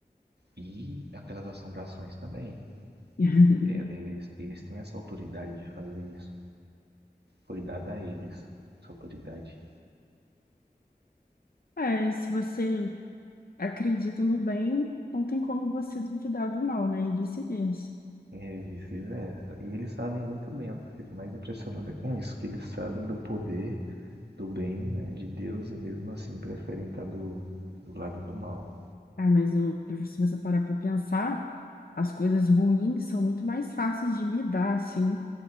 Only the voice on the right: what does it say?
E aquelas assombrações também.
É, Eles, eles têm essa autoridade de fazer isso. Foi dada a eles essa autoridade.
E é vice-versa. E eles sabem muito bem. Eu fico mais impressionado é com isso, que eles sabem do poder do bem, né, de Deus e mesmo assim preferem estar do, do lado do mal.